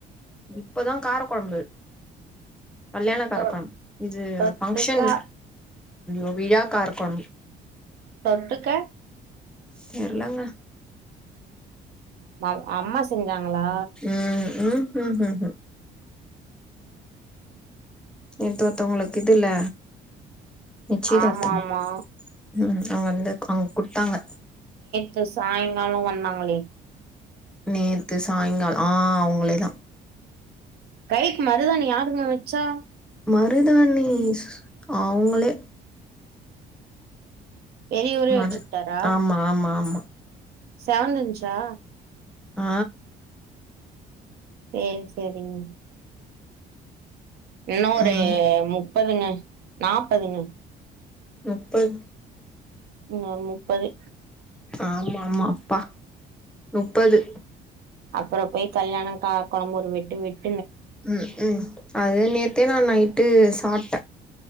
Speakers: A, in the centre; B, on the right.
A: இப்பதா கார கொழம்பு கல்யாண கார
B: தொ
A: கொழம்பு இது
B: தொட்டுக்கா
A: ஃபங்க்ஷன் ஓ விழா கார கொழம்பு
B: தொட்டுக்க
A: தெர்லங்க
B: ம அம்மா செஞ்சாங்களா
A: ம் ம் ம் ம் ம் நேத் ஒருத்தவங்களுக்கு இதுல நிச்சயதார்த்தம்
B: ஆமா ஆமா
A: ம் அவுங்க வந்து அவுங் குடுத்தாங்க
B: து சாய்ங்காலோ வந்தாங்களே
A: நேத்து சாய்ங்கால் ஆ அவுங்களே தா
B: கைக்கு மருதாணி யாருங்க வச்சா
A: மருதாணி அவுங்களே
B: பெரியவரே
A: மரு
B: வெச்சுட்டாரா
A: ஆமா ஆமா ஆமா
B: செவந்திர்ந்ச்சா
A: ஆ
B: சேரி சேரிங்க இன்னு ஒரு
A: ம்
B: முப்பதுங்க, நாப்பதுங்க
A: முப்பத்
B: இன்னோர் முப்பது
A: ஆமா ஆமா அப்பா முப்பது
B: அப்பறோ போய் கல்யாண கார கொழம்பு ஒரு வெட்டு வெட்
A: ம்க்ம் அது நேத்தே நா நைட்டு சாப்